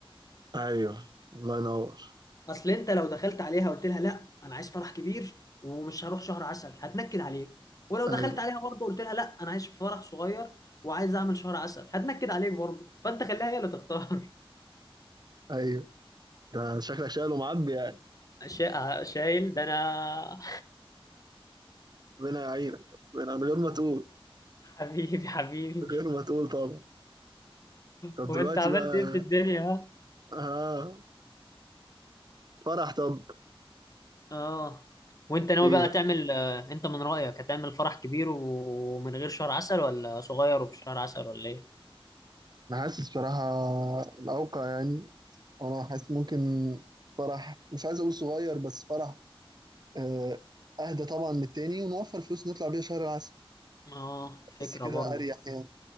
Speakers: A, on the right (about 45°); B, on the left (about 40°).
A: ايوه الله ينور
B: اصل انت لو دخلت عليها قلت لها لا انا عايز فرح كبير ومش هروح شهر عسل هتنكد عليك ولو
A: ايوه
B: دخلت عليها برضه قلت لها لا انا عايز فرح صغير وعايز اعمل شهر عسل هتنكد عليك برضه فانت خليها هي اللي تختار
A: ايوه ده شكلك شايل ومعبي يعني
B: شا- شايل ده انا
A: ربنا يعينك ربنا- من غير ما
B: <laughs>
A: تقول
B: حبيبي حبيبي
A: من غير ما تقول طبعا طب
B: وانت
A: دلوقتي
B: عملت
A: بقى
B: ايه في الدنيا ها؟
A: اه فرح طب
B: اه وانت ناوي
A: ايه
B: بقى
A: ده؟
B: تعمل آه، انت من رأيك هتعمل فرح كبير ومن غير شهر عسل ولا صغير وبشهر عسل ولا ايه
A: انا حاسس صراحة الاوقع يعني انا حاسس ممكن فرح مش عايز اقول صغير بس فرح آه، اهدى طبعا من التاني ونوفر فلوس نطلع بيها شهر العسل
B: اه فكرة
A: بس كده
B: برضه
A: اريح يعني